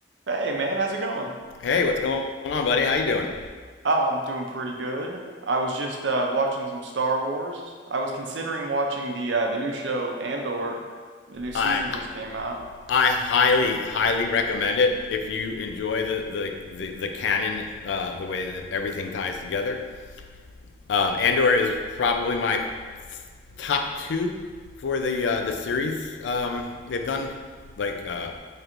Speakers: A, on the right; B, on the left.
A: Hey man, how's it going?
B: Hey, what's going on, buddy? How you doing?
A: Oh, I'm doing pretty good. I was just uh, watching some Star Wars. I was considering watching the uh, the new show Andor. The new season
B: I
A: just came out.
B: I highly highly recommend it if you enjoy the the the, the canon, uh, the way that everything ties together. Um, Andor is probably my top two for the uh, the series um, they've done. Like uh,